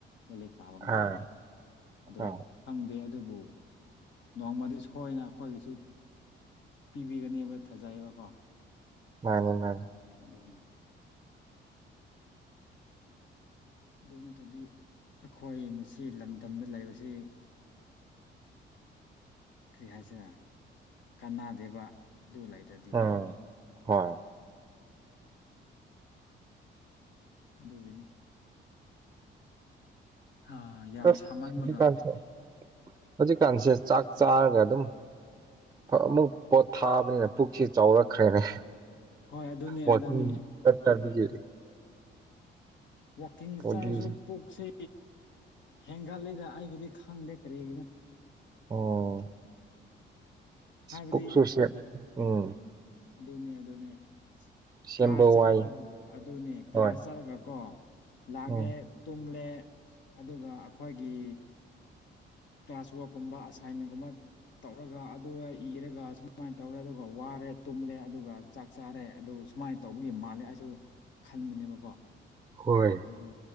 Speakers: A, on the left; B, on the right.
A: ꯂꯥꯏꯂꯦꯛꯛ ꯄꯥꯕ ꯃꯇꯝꯗ
B: ꯑꯥ
A: ꯑꯣ
B: ꯑꯥ
A: ꯈꯪꯗꯦ ꯑꯗꯨꯕꯨ ꯅꯣꯡꯃꯗꯤ ꯁꯣꯏꯅ ꯑꯩꯈꯣꯏꯒꯤꯁꯨ ꯄꯤꯕꯤꯒꯅꯦꯕ ꯊꯥꯖꯩꯌꯦꯕꯀꯣ
B: ꯃꯥꯅꯤ ꯃꯥꯅꯤ
A: ꯑꯗꯨꯗꯅꯦ ꯑꯗꯨ ꯅꯠꯇꯗꯤ ꯑꯩꯈꯣꯏ ꯃꯁꯤ ꯂꯝꯗꯝꯗ ꯂꯩꯕꯁꯤ ꯀꯔꯤ ꯍꯥꯏꯁꯤꯔꯦ ꯀꯅꯥꯗꯦꯕ ꯑꯗꯨ ꯂꯩꯔꯗꯤ
B: ꯎꯝ ꯍꯣꯏ
A: ꯑꯗꯨꯒꯤꯅꯤ ꯑꯥ ꯌꯥꯝ
B: ꯑꯁ
A: ꯁꯥꯃꯟꯕꯒ
B: ꯍꯧꯖꯤꯛꯀꯥꯟꯁꯦ ꯍꯧꯖꯤꯛꯀꯥꯟꯁꯦ ꯆꯥꯛ ꯆꯥꯔꯒ ꯑꯗꯨꯝ ꯑꯃꯨꯛ ꯄꯣꯠ ꯊꯥꯕꯅꯤꯅ ꯄꯨꯛꯁꯤ ꯆꯥꯎꯔꯛꯈ꯭ꯔꯦꯅꯦ
A: ꯍꯣꯏ ꯑꯗꯨꯅꯤ
B: ꯋꯥ
A: ꯑꯗꯨꯅꯤ
B: ꯆꯠ ꯇꯥꯕꯤꯦ
A: ꯋꯥꯋꯥꯛꯀꯤꯡ
B: ꯕꯣꯗꯤꯁꯦ
A: ꯆꯥꯔꯁꯨ ꯄꯣꯛꯁꯦ ꯍꯦꯟꯒꯠꯂꯤꯗ ꯑꯩꯒꯤꯗꯤ ꯈꯪꯗꯦ ꯀꯔꯤꯒꯤꯅꯣ
B: ꯑꯣꯝ
A: ꯍꯥꯏꯕꯗꯤ
B: ꯄꯨꯁꯨꯁꯠ ꯎꯝ
A: ꯑꯗꯨꯅꯦ ꯑꯗꯨꯅꯦ
B: ꯁꯦꯝꯕ
A: ꯀ꯭ꯂꯥꯁ ꯆꯠꯂꯒ
B: ꯋꯥꯏ
A: ꯑꯗꯨꯅꯦ ꯀ꯭ꯂꯥꯁ
B: ꯍꯣꯏ
A: ꯆꯠꯂꯒ ꯀꯣ ꯂꯥꯛꯦ
B: ꯎꯝ
A: ꯇꯨꯝꯂ ꯑꯗꯨꯒ ꯑꯩꯈꯣꯏꯒꯤ ꯀ꯭ꯂꯥꯁ ꯋꯥꯔꯛꯀꯨꯝꯕ ꯑꯁꯥꯏꯟꯃꯦꯟꯒꯨꯝꯕ ꯇꯧꯔꯒ ꯑꯗꯨꯒ ꯏꯔꯒ ꯁꯨꯃꯥꯏꯅ ꯇꯧꯔꯦ ꯑꯗꯨꯒ ꯋꯥꯔꯦ ꯇꯨꯝꯂꯦ ꯑꯗꯨꯒ ꯆꯥꯛ ꯆꯥꯔꯦ ꯑꯗꯨ ꯁꯨꯃꯥꯏꯅ ꯇꯧꯕꯒꯤ ꯃꯥꯜꯂꯦ ꯑꯩꯁꯨ ꯈꯟꯕꯅꯦꯕꯀꯣ
B: ꯍꯣꯏ
A: ꯑꯗꯣ